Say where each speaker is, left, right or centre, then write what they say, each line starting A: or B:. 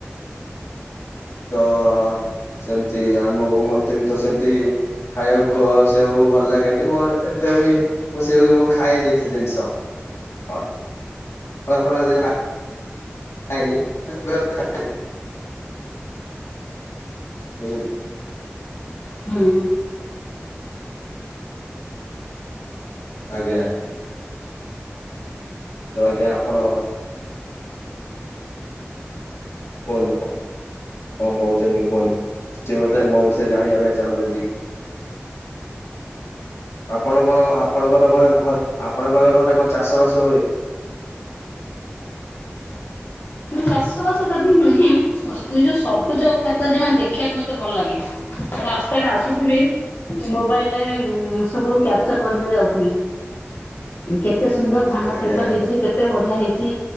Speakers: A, on the left; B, on the left.
A: ତ ସେମିତି ଆମକୁ ମତେ ବିତ ସେମିତି ଖାଇବାକୁ କ ସେଉ ଭଲ ଲାଗେନି, ମୋ ଏତେ ବି ମୁଁ ସେଉ ଖାଏନି ସେ ଜିନିଷ, କମଳା ଫମଳା ଯେମିତି ଖାଏ ଖାଏନି, ବେଳେବେଳେ ଖାଏ। ବୁଝିଲୁ?
B: ହଁ ଅଁ।
A: ଆଜ୍ଞା। ତ ଆଜ୍ଞା ଆପଣ କୁହନ୍ତୁ କଣ୍ କଣ କହୁଚନ୍ତି କୁହନ୍ତୁ, କି ମୋତେ ମୋ ବିଷୟରେ ଜାଣିବା ପାଇଁ ଚାହୁଁଚନ୍ତି?
B: <inaudible>
A: ଆପଣ କଣ, ଆପଣଙ୍କର ଘରେ, ଆପଣଙ୍କର ଘରେ କଣ ଚାଷ ବାସ ହୁଏ?
B: ଚାଷ ବାସ ଯଦି ନୁହେଁ, ନିଜ ସବୁଜ କ୍ଷେତ ଜିମା ଦେଖିବାକୁ ମତେ ଭଲ ଲାଗେ। ରାସ୍ତାରେ ଆସୁଥିବି, ମୋବାଇଲ୍ ରେ ସବୁ କ୍ୟାପଚର୍ କରିିକରି ଆସୁଥିବି। କେତେ ସୁନ୍ଦର ଧାନ
A: ଆଜ୍ଞା
B: କ୍ଷେତ
A: ଆଜ୍ଞା
B: ହେଇଚି, କେତେ ବଢିଆ ହେଇଚି,